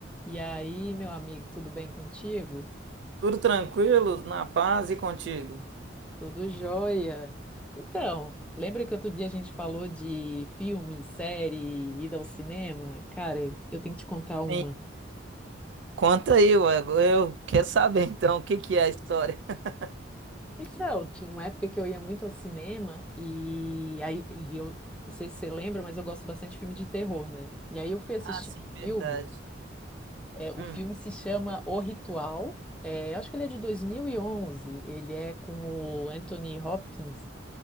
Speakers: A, in the centre; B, on the right.
A: E aí, meu amigo, tudo bem contigo?
B: Tudo tranquilo, na paz e contigo.
A: Tudo jóia. Então, lembra que outro dia a gente falou de filme, série, ida ao cinema? Cara, eu tenho que te contar uma.
B: Sim. Conta aí, ué. Eu quero saber então o que que é a história. <laughs>
A: Então, tinha uma época que eu ia muito ao cinema e aí e eu não sei se você lembra, mas eu gosto bastante de filme de terror, né? E aí eu fui assistir
B: Ah, sim,
A: um
B: verdade.
A: filme. é, o
B: Hum,
A: filme se chama O Ritual. É, acho que ele é de 2011. Ele é com o Anthony Hopkins.